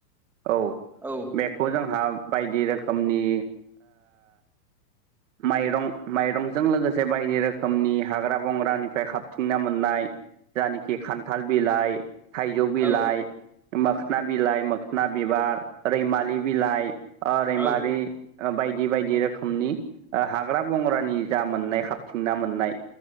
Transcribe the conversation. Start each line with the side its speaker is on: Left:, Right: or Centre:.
Right: औ
Centre: औ
Right: बेखौ जोंहा बायदि रोखोमनि माइरं माइरंजों लोगोसे बायदि रोखोमनि हाग्रा बंग्रानिफ्राय खाबथिंना मोननाय जायानखि खान्थाल बिलाइ थाइजौ बिलाइ
Centre: औ
Right: मोखोन बिलाइ मोखोन बिबार रैमालि बिलाइ रैमारि
Centre: औ
Right: बायदि बायदि रोखोमनि हाग्रा बंग्रानि जा मोननाय खाबथिंना मोननाय